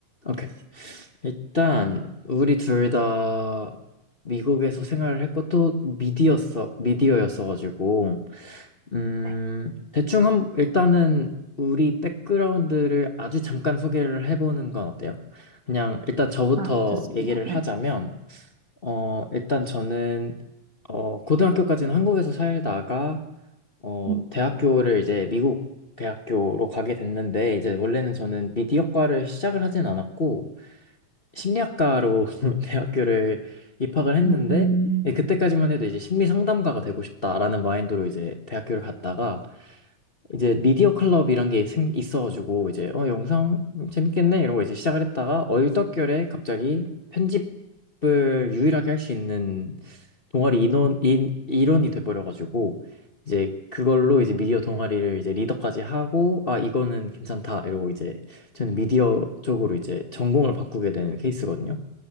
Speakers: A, on the left; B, on the right.
A: 오케이. 일단 우리 둘 다 미국에서 생활을 했고 또 미디어였어 미디어였어가지고 음
B: 네.
A: 대충 한 일단은 우리 백그라운드를 아주 잠깐 소개를 해보는 건 어때요? 그냥 일단 저부터
B: 아, 좋습니다.
A: 얘기를 하자면
B: 네.
A: 어 일단 저는 어 고등학교까지는 한국에서 살다가 어,
B: 음.
A: 대학교를 이제 미국 대학교로 가게 됐는데, 이제 원래는 저는 미디어과를 시작을 하진 않았고, 심리학과로 <laughs> 대학교를 입학을 했는데,
B: 음,
A: 예, 그때까지만 해도 이제 심리 상담가가 되고 싶다라는 마인드로 이제 대학교를 갔다가, 이제 미디어 클럽 이런 게 생, 있어가지고 이제 어 영상 재밌겠네 이러고 이제 시작을 했다가 얼떨결에 갑자기 편집을 유일하게 할 수 있는 동아리 인원 인, 일원이 돼버려가지고 이제 그걸로 이제 미디어 동아리를 이제 리더까지 하고 아 이거는 괜찮다 이러고 이제 저는 미디어 쪽으로 이제 전공을 바꾸게 되는 케이스거든요.